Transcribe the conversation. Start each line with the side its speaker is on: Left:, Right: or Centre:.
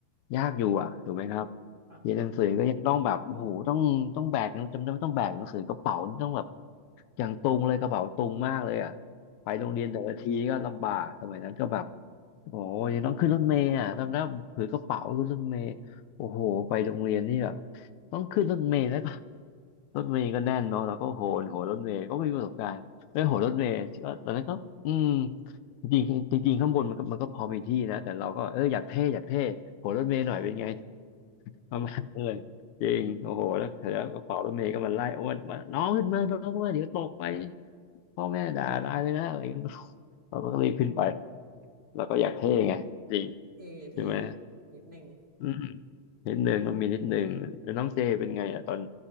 Left: ยากอยู่อ่ะถูกไหมครับ
Right: ค่ะ
Left: เรียนหนังสือก็ยังต้องแบบโอ้โหต้องต้องแบกหนังจำได้ว่าต้องแบกหนังสือกระเป๋านี่ต้องแบบอย่างตุงเลยกระเป๋าตุงมากเลยอ่ะไปโรงเรียนแต่ละทีก็ลำบากสมัยนั้นก็แบบโอ้โหยังต้องขึ้นรถเมล์อ่ะจำได้ว่าถือกระเป๋าขึ้นรถเมล์โอ้โหไปโรงเรียนนี่แบบต้องขึ้นรถเมล์แล้วก็ <laughs> รถเมล์ก็แน่นเนาะแล้วก็โหนโหนรถเมล์ก็ไม่มีประสบการณ์ไม่โหนรถเมล์ก็ตอนนั้นก็อืมจริงๆจริงๆข้างบนมันก็มันก็พอมีที่นะแต่เราก็เอออยากเท่อยากเท่โหนรถเมล์หน่อยเป็นไง ประมาณนั้นเลยจริงโอ้โหแล้วเสร็จแล้วกระเป๋ารถเมล์ก็มันไล่อ้วนมาน้องขึ้นมาน้องขึ้นมาเดี๋ยวตกไปพ่อแม่ด่าตายเลยนะอะไรอย่างเงี้ยเราก็รีบขึ้นไปแล้วก็อยากเท่ไงจริง
Right: <laughs> เท่เท่
Left: ใช่ไหม
Right: นิดหนึ่ง
Left: อืมนิดนึงต้องมีนิดนึงแล้วน้องเจเป็นไงอ่ะตอน